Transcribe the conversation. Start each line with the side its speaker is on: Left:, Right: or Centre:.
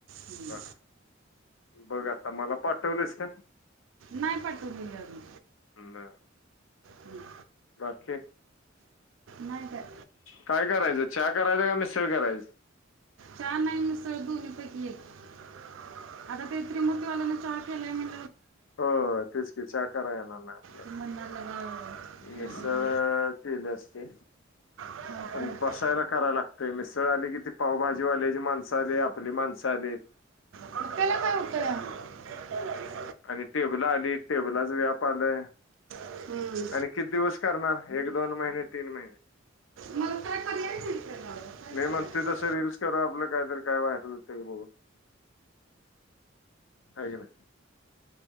Right: हम्म.
Left: हा बघ आता मला पाठवलयस का?
Right: नाही पाठवलेली अजून.
Left: हं बर.
Right: हम्म.
Left: बाकी
Right: नाही काय
Left: काय करायचं चहा करायचं का मिसळं करायच?
Right: चहा नाय मिसळ दोन्ही पैकी एक आता ते त्रिमुर्तीवाल्यानं चहा केलाय म्हण
Left: हो हो तेच की चहा कराय येणार नाही आपल्याला
Right: ते म्हणायला लागला,
Left: मिसळ
Right: "अं,
Left: केली असती
Right: हा,
Left: पण
Right: करतो."
Left: बसायला कराय लागतय मिसळ आली कि ती पावभाजी भाजीवाल्याची माणसं आली, आपली माणसं आली.
Right: मग त्याला काय होतं <inaudible>
Left: आणि टेबल आली टेबलाच व्याप आलंय
Right: हम्म.
Left: आणि किती दिवस करणार एक दोन महिने, तीन महिने.
Right: मग काय पर्याय नाही त्याला. काय
Left: मी
Right: करायचं?
Left: म्हणतोय तसं रील्स करू आपलं कायतरी काय व्हायरल होतंय का बघू. हाय की नाय.